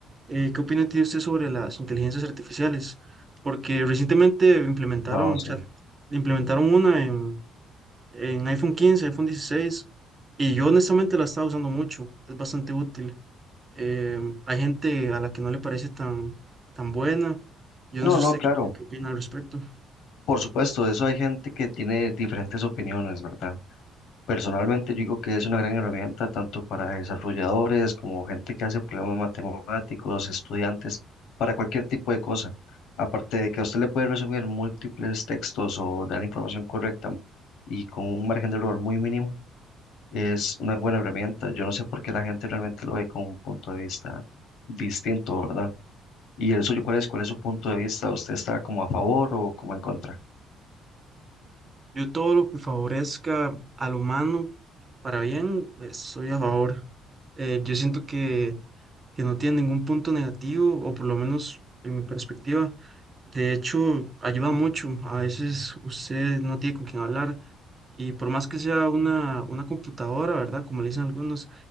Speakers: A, on the right; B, on the left.
A: eh, ¿qué opina tiene usted sobre las inteligencias artificiales? Porque recientemente implementaron
B: Wow, sí.
A: chat, implementaron una en, en iPhone 15, iPhone 16, y yo honestamente la estaba usando mucho, es bastante útil em, hay gente a la que no le parece tan, tan buena. Yo
B: No,
A: no sé usted
B: no, claro.
A: qué, qué opina al respecto.
B: Por supuesto, eso hay gente que tiene diferentes opiniones, ¿verdad? Personalmente yo digo que es una gran herramienta tanto para desarrolladores como gente que hace problemas matemáticos, estudiantes, para cualquier tipo de cosa. Aparte de que a usted le puede resumir múltiples textos o dar información correcta y con un margen de error muy mínimo, es una buena herramienta. Yo no sé por qué la gente realmente lo ve con un punto de vista distinto, ¿verdad? ¿Y el suyo cuál es? ¿Cuál es su punto de vista? ¿Usted está como a favor o como en contra?
A: Yo todo lo que favorezca al humano para bien, estoy a favor. Eh, yo siento que, que no tiene ningún punto negativo, o por lo menos en mi perspectiva. De hecho, ayuda mucho. A veces usted no tiene con quién hablar y por más que sea una, una computadora, ¿verdad? Como le dicen algunos,